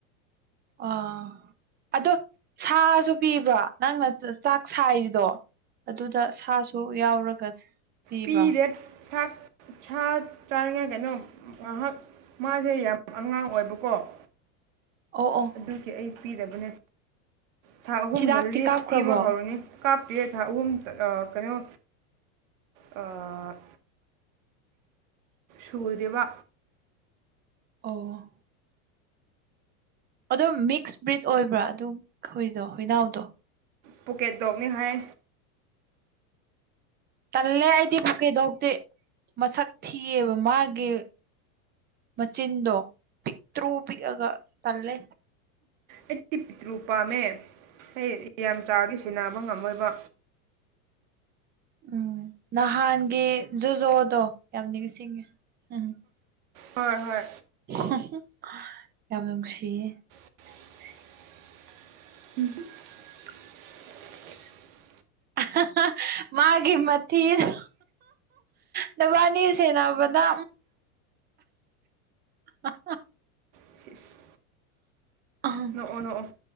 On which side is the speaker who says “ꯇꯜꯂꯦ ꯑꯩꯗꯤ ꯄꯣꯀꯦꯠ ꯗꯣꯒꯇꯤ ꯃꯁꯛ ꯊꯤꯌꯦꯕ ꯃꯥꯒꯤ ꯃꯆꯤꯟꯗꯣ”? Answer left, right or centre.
Right